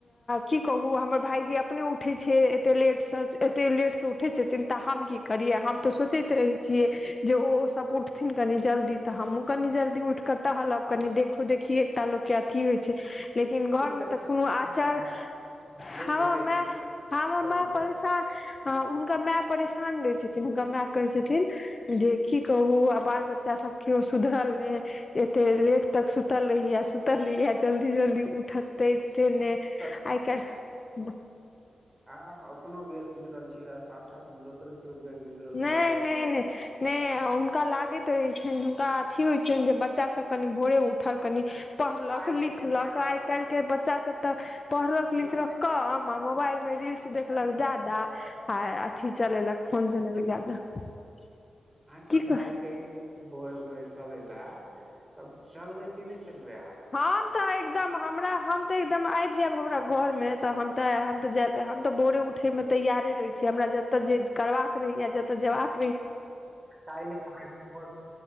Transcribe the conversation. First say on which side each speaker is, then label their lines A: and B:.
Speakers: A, on the left; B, on the right.
A: की कहु हमर भाईजी अपने उठे छै एते लेट एते लेट से उठे छथिन तऽ हम की करिय हम तऽ सोचैत रहे छियै जे ओ सब उठथिन कनि जल्दी तऽ हमहुँ कनी जल्दी उठ कऽ टहलब कनि देखो देखिय एकटा लोक के अथी होइ छै लेकिन घरमे
B: ठीक छै तहन
A: तऽ कोनो
B: अपनेके
A: आचर
B: भए
A: ह
B: गेल देखै
A: मै
B: छियै की
A: ह
B: कहै
A: माए
B: छै
A: परेशान उनका मै परेशान रहै छथिन हुनकर माए कहै छथिन जे की कहू आ बाल बच्चा सब कियो सुधरल ने एते लेट तक सुतल रहैया त लिय जल्दी जल्दी उठतै से नै
B: हकीकत
A: आइ कैल
B: आ अपनो गेल गुजरल छीयै आ साथ साथमे दोसरो केओ गेल गुजरल
A: नहि
B: भऽ गेल
A: नहि नहि नहि हुनका लागैत रहैत छनि हुनका अथी होइत छनि जे बच्चासभ कनि भोरे उठल कनि पढ़लक
B: आइ
A: लिखलक
B: काल्हि
A: आइ काल्हि के बच्चा सब तऽ पढ़लक लिखलक
B: ने
A: कम आ मोबाइलमे रील्स देखलक जादा आ अथी चलेलक फोन <unintelligible>
B: के हम
A: कह
B: काल्हिके भोरे भोरे चले ला तब चलबे की नहि चलबै अहाँ
A: हम तऽ एकदम हमरा हम तऽ एकदम आबि जायब हमरा घरमे तऽ हम तऽ हम तऽ जाय हम तऽ भोरे उठैमे तैयारे रहै छी हमरा जतऽ जे करबाक रहैया जतऽ जेबाक
B: क अहाँ घ